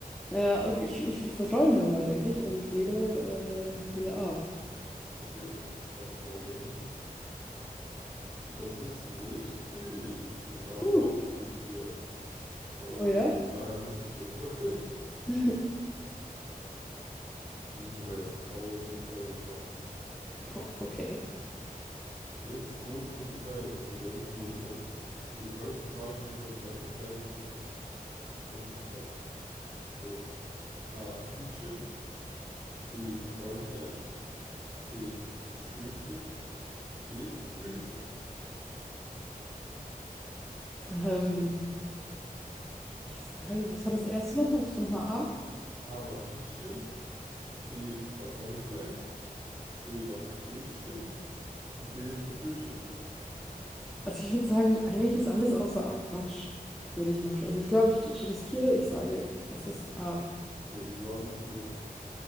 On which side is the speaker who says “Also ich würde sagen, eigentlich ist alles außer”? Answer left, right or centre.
Centre